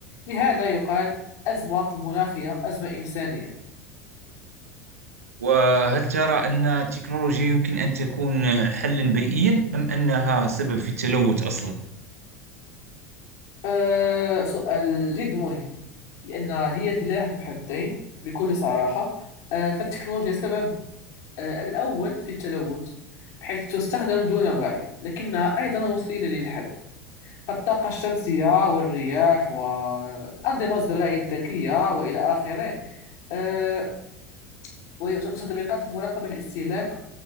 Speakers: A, on the left (about 55°); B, on the right (about 75°).
A: لهذا يقال أزمة المناخية أزمة إنسانية
B: وهل ترى أن التكنولوجيا يمكن أن تكون حلا بيئيا أم أنها سبب في التلوث أصلا؟
A: أه سؤال جد مهم لأن هي سلاح ذو حدين بكل صراحة أه فالتكنولوجيا سبب آه، الأول في التلوث بحيث تستخدم دون وعي لكنها أيضا وسيلة للحل فالطاقة الشمسية والرياح والأنظمة الزراعية الذكية وإلى آخره آه، وتطبيقات مراقبة الاستهلاك